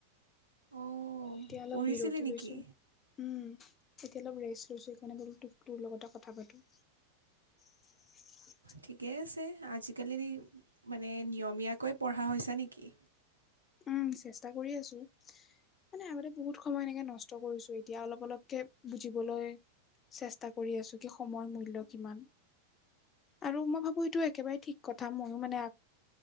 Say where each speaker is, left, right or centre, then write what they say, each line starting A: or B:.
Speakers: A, on the right; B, on the left.
A: অঁ
B: এতিয়া অলপ
A: পঢ়িছিলি
B: বিৰতি
A: নেকি
B: লৈছো। উম এতিয়া অলপ ৰেষ্ট লৈছো সেইকাৰণে বোলো তোক তোৰ লগতে কথা পাতো। <unintelligible>
A: ঠিকে আছে আজিকালি মানে নিয়মীয়াকৈ পঢ়া হৈছে নেকি।
B: উম চেষ্টা কৰি আছো। মানে আগতে বহুত সময় এনেকে নষ্ট কৰিছো এতিয়া অলপ অলপকে বুজিবলৈ চেষ্টা কৰি আছো কি সময়ৰ মূল্য কিমান। আৰু মই ভাবো এইটো একেবাৰে ঠিক কথা ময়ো মানে